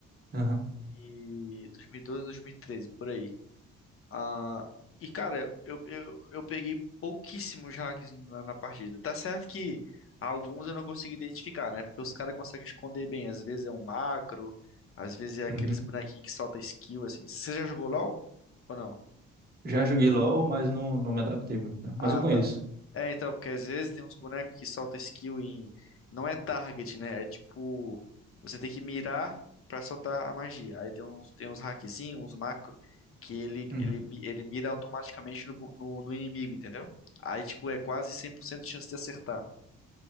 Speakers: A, on the right; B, on the left.
A: Aham.
B: E 2012, 2013, por aí. Ah, e cara, eu, eu, eu peguei pouquíssimos hacks na, na partida. Tá certo que alguns eu não consegui identificar, né? Porque os caras conseguem esconder bem. Às vezes é um macro, às vezes é aqueles
A: Uhum.
B: bonequinhos que solta skill, assim. Você já jogou LoL? Ou não?
A: Já joguei LoL, mas não, não me adaptei muito, não.
B: Ah,
A: Mas eu conheço.
B: tá. É, então, porque às vezes tem uns bonecos que soltam skill em. Não é target, né? É tipo. Você tem que mirar pra soltar a magia. Aí tem uns, tem uns hackzinhos, uns macro, que ele,
A: Uhum.
B: ele, ele mira automaticamente no, bu- no, no inimigo, entendeu? Aí, tipo, é quase 100% de chance de acertar.